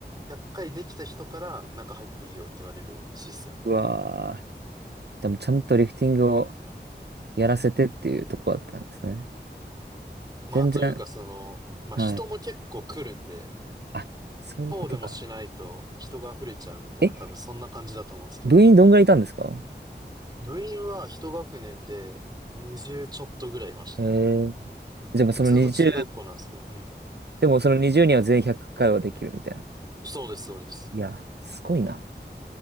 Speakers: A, on the right (about 20°); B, on the right (about 70°).
A: 100回できた人から中入っていいよって言われるシステムだった。
B: うわーじゃもうちゃんとリフティングをやらせてっていうとこだったんですね。
A: まあというかその、
B: 全然、
A: まあ人も結構来るんで、
B: はい。あ、そういうことか。
A: そうでもしないと人が溢れちゃうみたいな多分そんな感じだと思うんですけど、
B: え、部員どんぐらいいたんですか
A: 部員は一学年で20ちょっとぐらいいました。
B: へえ。でもその20、
A: 普通の中学校なんですけど、うん。
B: でもその20にんは全員100回はできるみたいな。
A: そうです、そうです。
B: いや、すごいな。